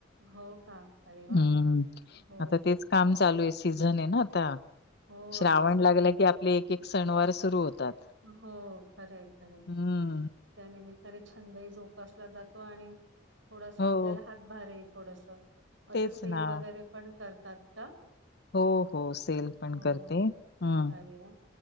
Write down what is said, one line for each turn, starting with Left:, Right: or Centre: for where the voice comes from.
Right: हो का अरे वा
Left: हम्म
Right: हो
Left: आता
Right: मग
Left: तेच काम चालू आहे सीझन आहे ना आता.
Right: हो
Left: श्रावण
Right: आता सीझन
Left: लागलं की आपले एक, एक सणवार सुरू होतात..
Right: हो खर आहे खर आहे.
Left: हम्म.
Right: त्या निमित्ताने छंदही जोपासला जातो आणि थोडासा
Left: हो,
Right: आपल्याला हात भारी आहे थोडस असं
Left: तेच
Right: सेल
Left: ना.
Right: वगैरे पण करतात का?
Left: हो हो सेल पण
Right: हो
Left: करते हम्म.
Right: अरे वा..